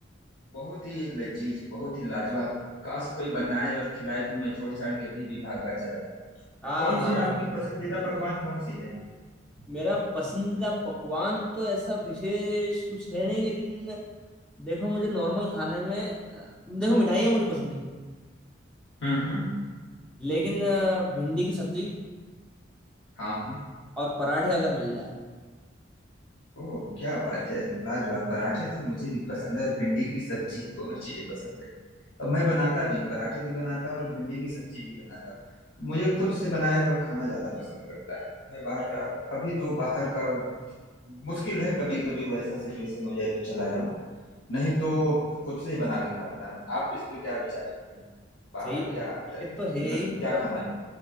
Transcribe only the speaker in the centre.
हाँ
हाँ
हाँ
हाँ।
मेरा पसंदीदा पकवान तो ऐसा विशेष कुछ है नहीं लेकिन देखो मुझे नॉर्मल खाने में अ, देखो मिठाइयाँ मुझे पसंद नहीं है
लेकिन अ, भिंडी की सब्जी
और पराठे अगर मिल जाए
सही है
ये तो है
ही मतलब
मुझे